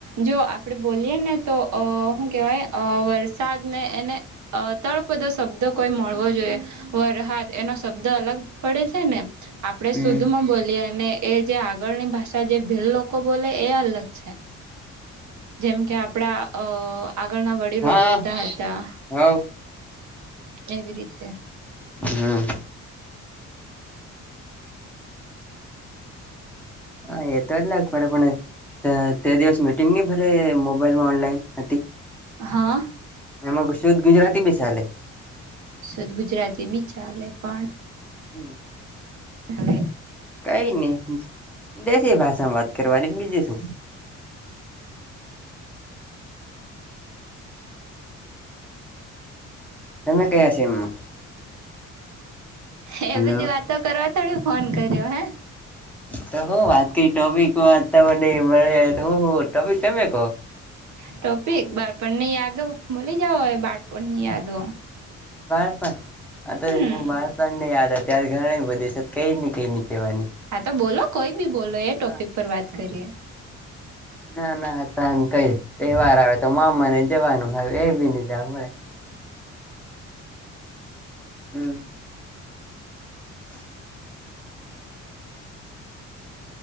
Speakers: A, on the right; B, in the centre.
A: જો આપડે બોલીએ ને તો અ શું કેવાય અ વરસાદને એને. અ તળપદો શબ્દ કોઈ મળવો જોઈએ. વરહદ એનો શબ્દ અલગ પડે છે ને. અપ આપણે
B: હમ
A: શુદ્ધ માં બોલીએ અને એ જે આગળની ભાષા જે ભીલ લોકો બોલે એ અલગ છે. જેમ કે આપડા અ આગળના વડીલો
B: હા
A: બોલતા હતા.
B: હવ
A: એવી રીતે.
B: હમ. હ એ તો એ લ પડા પણણ. તે દિવસ મીટિંગ નની ભરે મોબાઈલમાં ઓનલાઈન હતી.
A: હા.
B: એમાં શુદ્ધ ગુજરાતી બી ચાલે.
A: સુદ ગુજરાતી બી ચાલે પણ.
B: હમ.
A: હલે.
B: કઈ નહી દેશી ભાષા માં વાત કરવાની બીજી શું. તમે કયા છે એમમાં
A: અ. એ
B: હેલો
A: બધી વાતો કરવા. તડ ફોન કર્યો હે.
B: તો હો વાત કઈ ટોપિક વાત તમને મળી તો હું હો ટોપિક તમે કહો.
A: ટોપિક બાળપણ ની યાદો ભલી જઓય બાળપણ ની યાદો.
B: બાળપણ
A: હમ
B: આત હું બાળ પણ ને યાદ અત્યારે ઘણી બધી છે કઈ ને કઈ ની કેવાની.
A: હા તો બોલો કોઈ બી બોલો એ ટોપિક
B: હા
A: પર વાત કરીએ.
B: ના ના તાન કઈ તહેવાર આવે તો મામાને જવાનું હવે એ બી નય જાવા મળે. હમ્મ, <inaudible>